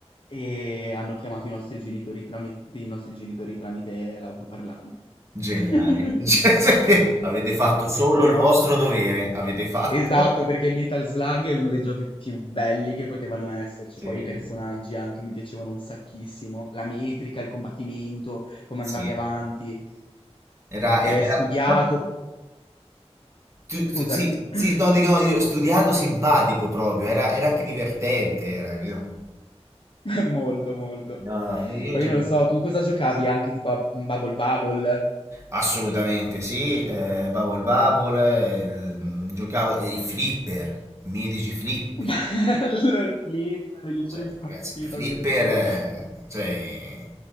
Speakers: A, on the left; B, on the right.
A: e hanno chiamato i nostri genitori tramite, i nostri genitori tramite l'autoparlante.
B: geniali.
A: <laughs>
B: <laughs> Cioè, siete- avete fatto solo
A: Però...
B: il vostro dovere, avete fatto.
A: Esatto, perché Metal Slug è uno dei giochi più belli che potevano esserci.
B: Sì,
A: Poi i personaggi anche mi piacevano un sacchissimo. La metrica, il combattimento, come
B: sì.
A: andavi avanti.
B: Era,
A: Poi
B: e-
A: è
B: era
A: studiato.
B: pro- tu- tu-
A: Scusami,
B: sì, sì,
A: <clears throat>
B: no, dico, no, io studiato simpatico proprio, era, era anche divertente, era, capito?
A: molto, molto.
B: No, no, io, io
A: Poi
B: gioco.
A: non lo so, tu cosa giocavi anche tipo a Bubble Bubble?
B: Assolutamente sì, eh, Bubble Bubble, eh, il- giocavo eh, i flipper, i mitici flipper.
A: <laughs> Bello il flipper, io sono
B: Cioè,
A: impazzito
B: ragazzi, i flipper,
A: anche per quello.
B: eh, cioè,